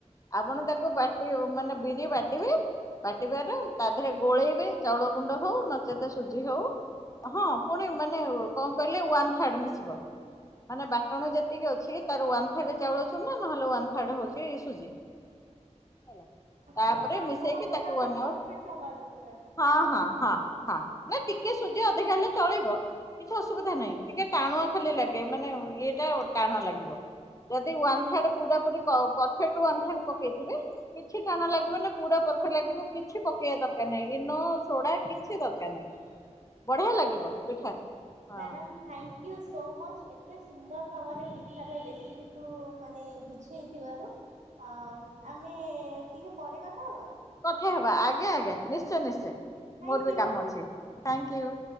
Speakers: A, on the left; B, on the right.
A: ଆପଣ ତାକୁ ବାଟି <unintelligible> ମାନେ ବିରି ବାଟିବେ ବାଟି <unintelligible> ତା ଦେହେରେ ଗୋଳେଇବେ ଚାଉଳ ଗୁଣ୍ଡ ହୋଉ ନଚେତ ସୁଜି ହୋଉ ହଁ ଫୁଣି ମାନେ କଁ କହିଲେ ୱାନ୍ ଥାର୍ଡ ମିଶିବ। ମାନେ ବାଟଣ ଯେତିକି ଅଛି ତାର ୱାନ୍ ଥାର୍ଡ ଚାଉଳ ଚୁନା ନହେଲେ ୱାନ୍ ଥାର୍ଡ ହୋଉଚି ସୁଜି। ହେଲା।
B: ଆଚ୍ଛା
A: ତାପରେ
B: ଭାଗ
A: ମିଶେଇକି
B: ମାପ
A: ତାକୁ
B: ତାହେଲେ
A: ୱାନ
B: ପରଫେକ୍ଟ
A: ଆୱାର
B: ହବା ଦରକାର।
A: ହଁ ହଁ ହଁ ହଁ। ନାଇଁ ଟିକେ ସୁଜି ଅଧିକା ହେଲେ ଚଳିବ। କିଛି ଅସୁବିଧା ନାଇଁ ଟିକେ ଟାଣୁଆ ଖାଲି ଲାଗେ ମାନେ ଇଏଟା ଟାଣ ଲାଗିବ। ଯଦି ୱାନ ଥାର୍ଡ ପୁରାପୁରି କ ପରଫେକ୍ଟ ୱାନ ଥାର୍ଡ ପକେଇଥିବେ କିଛି ଟାଣୁଆ ଲାଗିବନି ପୁରା <unintelligible> ଲାଗିବ କିଛି ପକେଇବା ଦରକାର ନାଇଁ ଇନୋ ସୋଢା କିଛି ଦରକାର ନାଇଁ।
B: <inaudible>
A: ବଢିଆ ଲାଗିବ ପିଠା। ହଁ
B: ମ୍ୟାଡାମ୍ ଥାଙ୍କିୟୁ ସୋ ମଚ ଏତେ ସୁନ୍ଦର ଭାବରେ ପି ଠାର ରେସିପିକୁୁ ମାନେ ବୁଝେଇଥିବାରୁ ଅଁମ୍ ଆମେ ଟିକେ ପରେ କଥା ହବା।
A: କଥା ହେବା ଆଜ୍ଞା ଆଜ୍ଞା ନିଶ୍ଚୟ ନିଶ୍ଚୟ
B: ଥ୍ୟାଙ୍କୟୁ।
A: ମୋରୋ ବି କାମ ଅଛି ଥାଙ୍କିୟୁ।